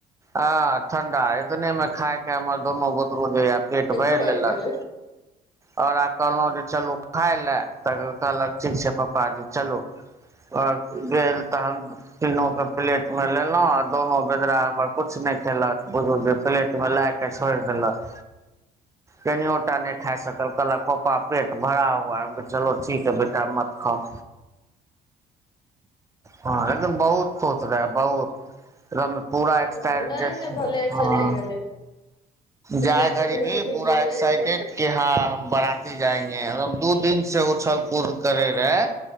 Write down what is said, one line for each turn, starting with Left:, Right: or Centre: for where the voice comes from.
Right: अ ठंडा, इतने में खायके हमर दुनू बुतरू जेये पेट भैर
Left: भर
Right: लेलक।
Left: गेलै
Right: औकरा कहलहु जँ चलू खाय ले तऽ कहलक ठीक छै पप्पा जी चलू। आ गेल तहन तीनो कऽ पलेट मे लेलौ आ दोनो बेदरा हमर कुछ नै खेलक बुझु जे प्लेट मे लाए कऽ छोएड़ देलक कनियोटा नै खाय सकल कहलक पप्पा पेट भरा हुआ है, हम चलो ठीक है बेटा मत खाओ। हां एकदम बहुत खुश रहाए बहुत एकदम पूरा एक्साइट
Left: नहि
Right: जे
Left: नहि भले
Right: हुं।
Left: चले गेलै गेलै
Right: जाय घरी
Left: तऽ घूम
Right: भी
Left: फिर
Right: पूरा
Left: लेलै
Right: एक्साइटेड।
Left: ने
Right: कऽ हां हम बराती जाएंगे हम, दू दिन से उछल-कूद करै रहै।